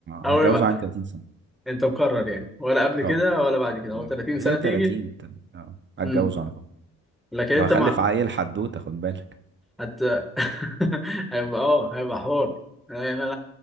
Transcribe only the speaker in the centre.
اول
بقى
انت مقرر يعني ولا قبل كده
ولا بعد كده
هو 30
سنه
تيجي
امم
لكن انت
ما
هت <laughs> هيبقى اه هيبقى حوار هيبقى لا